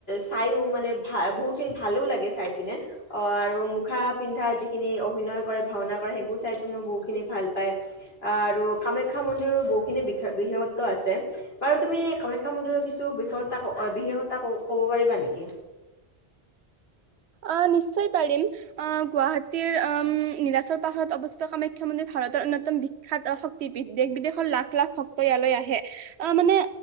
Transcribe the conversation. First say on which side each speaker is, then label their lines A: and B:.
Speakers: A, on the left; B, on the right.
A: চাইও মানে ভা বহুতখিনি ভালো লাগে চাই পিনে। অ' আৰু মুখা পিন্ধা যিখিনি অভিনয় কৰে, ভাওনা কৰে, সেইবোৰ চাই পিনেও বহুখিনি ভাল পায়। আহ, আৰু কামাখ্যা মন্দিৰৰ বহুখিনি বিশেষত্ব আছে, বাৰু তুমি কামাখ্যা মন্দিৰৰ কিছু বিশেষতা বিশেষতা পাৰিবা নেকি?
B: আহ, নিশ্চয় পাৰিম। আহ গুৱাহাটীৰ আহ নীলাচৰ পাহাৰত অৱস্থিত কামাখ্যা মন্দিৰ ভাৰতৰ অন্যতম বিখ্যাত শক্তিপীঠ। দেশ-বিদেশৰ লাখ লাখ ভক্ত ইয়ালৈ আহে। আ মানে,